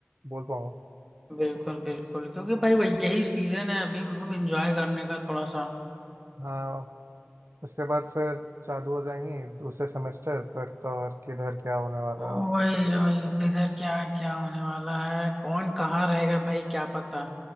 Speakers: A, on the right; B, in the centre.
A: बोल पाऊंगा
B: बिल्कुल बिल्कुल क्योंकि भाई वही यही सीजन है अभी मतलब एंजॉय करने का थोड़ा सा
A: हाँ उसके बाद फिर चालू हो जाएंगी दूसरे सेमेस्टर फिर तो और किधर क्या होने वाला
B: वही
A: है
B: वही अब इधर क्या क्या होने वाला है कौन कहाँ रहेगा भाई क्या पता